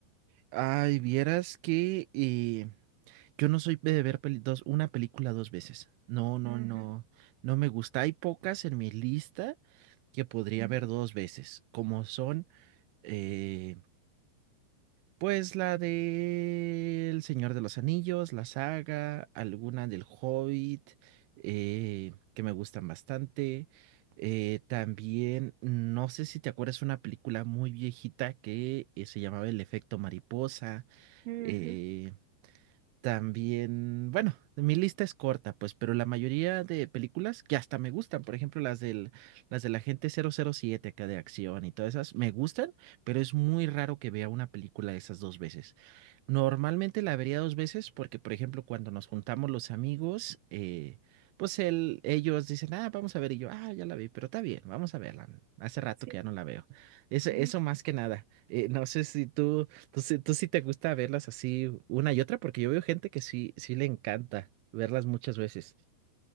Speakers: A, on the right; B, on the right.
A: Ay, vieras que eh, yo no soy de ver peli- dos, una película dos veces. No, no,
B: Ujú,
A: no. No me gusta. Hay pocas en mi lista que podría
B: ujú,
A: ver dos veces, como son eh, Pues la de El Señor de los Anillos, la saga, alguna del Hobbit, eh, que me gustan bastante. Eh, también, no sé si te acuerdas, una película muy viejita que eh, se llamaba El Efecto Mariposa.
B: Ujú,
A: eh, también, bueno, mi lista es corta, pues, pero la mayoría de películas que hasta me gustan, por ejemplo, las del, las del Agente cero cero siete acá de acción y todas esas, me gustan, pero es muy raro que vea una película de esas dos veces. Normalmente la vería dos veces porque, por ejemplo, cuando nos juntamos los amigos, eh, pues él, ellos dicen, ah, vamos a ver, y yo, ah, ya la vi, pero está bien, vamos a verla. Hace rato
B: sí.
A: que ya no la veo. Eso,
B: ujú.
A: eso más que nada. Eh, no sé si tú, tú, sí- tú sí te gusta verlas así una y otra, porque yo veo gente que sí, sí le encanta verlas muchas veces.